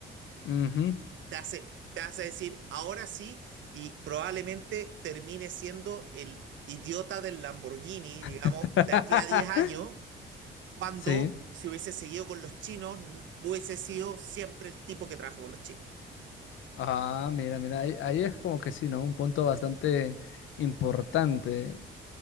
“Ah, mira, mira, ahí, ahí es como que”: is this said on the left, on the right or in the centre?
Left